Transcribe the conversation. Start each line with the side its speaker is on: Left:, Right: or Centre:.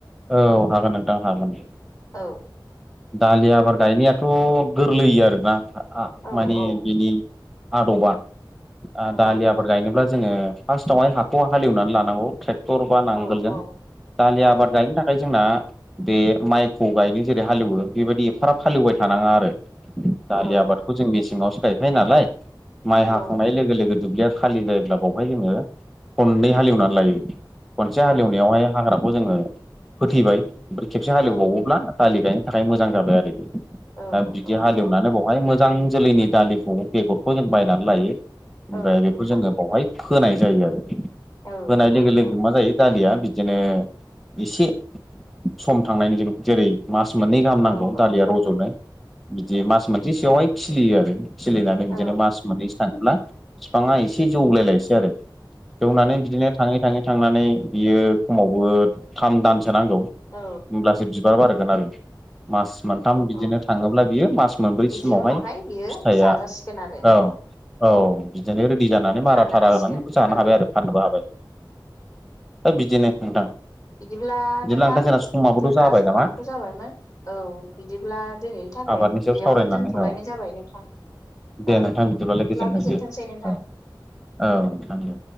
Centre: औ हागोन नोंथां हागोन
Left: औ
Centre: दालि आबाद गायनायाथ' गोरलैयो आरोना
Left: औ
Centre: माने
Left: औ
Centre: बिनि आदबा
Left: नंगौ
Centre: दालि आबाद गायनोब्ला जोङो फार्स्टआवहाय हाखौ हालेवनानै लानांगौ ट्रेक दरबा नांगोलजों
Left: औ औ
Centre: दालि
Left: औ
Centre: आबाद गायनो थाखाय जोंना बे माइखौ गायनो जेरै हालेवो बेबायदि एफाराब हालेवबाय थानाङा आरो दालि
Left: औ
Centre: आबादखौ जों मेसेङाव गायफायो नालाय माइ
Left: नंगौ
Centre: हाखांनाय लोगो लोगो दुब्लिया खालि जायोब्ला बावहाय जोङो खननै हालेवनानै लायो खनसे
Left: औ
Centre: हालेवनायावहाय हाग्राखौ जोङो होथैबाय ओमफ्राय खेबसे हालेवबावोब्ला
Left: औ
Centre: दालि गायनो थाखाय मोजां जाबाय आरो
Left: औ
Centre: दा बिदि
Left: औ
Centre: हालएवनानै
Left: औ
Centre: बावहाय मोजां मोजां जोलैनि दालिखौ बेगरखौ जों बायनानै लायो ओमफ्राय
Left: औ
Centre: बेखौ
Left: नोंथां
Centre: जोङो बावहाय फोनाय जायो आरो
Left: औ औ
Centre: फोनाय लोगो लोगो
Left: औ
Centre: मा जायो दालिया बिदिनो एसे सम थांनायनि जेरै मास मास मोननै गाहाम नांगौ
Left: औ औ
Centre: दालिया रज'नो बिदि मास मोनसेसोयावहाय खिलियो आरो सोलिनानै
Left: औ
Centre: बिदिनो मास मोननैसो थाङोब्ला बिफाङा एसे जौलायलायसै आरो जौनानै बिदिनो थाङै थाङै थांनानै बियो खमावबो थाम दानसो नांगौ होमब्लासो
Left: औ
Centre: बिबार बारो ज <unintelligible> मास मोनथाम बिदिनो
Left: औ
Centre: थाङोब्ला बियो मास मोनब्रैसिमावहाय
Left: बिदि उनावहाय बियो
Centre: फिथाइया
Left: जाजासिगोन आरो
Centre: औ औ बिदिनो रेडि जानानै मारााथारा
Left: फाननो हासिगोन
Centre: होननानै जानो
Left: औ
Centre: हाबाय आरो फाननोबो हाबाय औ बिदिनो नोंथां
Left: बिदिब्ला
Centre: बिदिब्ला
Left: नोंथां
Centre: जोंना समाबोथ'
Left: जोंना
Centre: जाबाय
Left: समाबोथ'
Centre: नामा
Left: जाबाय औ बिदिब्ला दिनैनि थाखाय
Centre: आबादनि सायाव
Left: बेयावनो
Centre: सावरायनानै
Left: दोनथ'लायनाय
Centre: औ
Left: जाबाय नोंथां
Centre: दे
Left: औ
Centre: नोंथां बिदिबालाय
Left: बिदिब्ला
Centre: गोजोनथोंसै
Left: नोंथां
Centre: औ औ नंगौ